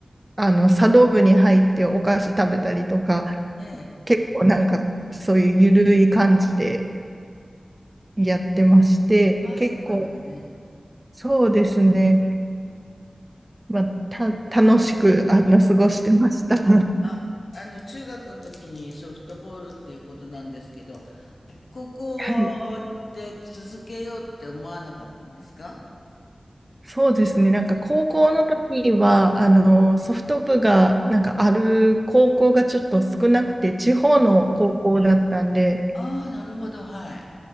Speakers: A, on the right; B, on the left.
A: あの、茶道部に入ってお菓子食べたりとか、
B: ええ、
A: 結構なんかそういうゆるい感じでやってまして、
B: ああ、
A: 結構、
B: そうなんですね。
A: そうですね、まあ、た、楽しく、あの、過ごしてました。<laughs>
B: あ、あの、中学の時にソフトボールっていうことなんですけど、高校
A: はい、
B: で続けようって思わなかったんですか
A: そうですね。なんか高校の時は、あの、ソフト部がなんかある高校がちょっと少なくて、地方の高校だったんで、
B: ああ、なるほど、はい。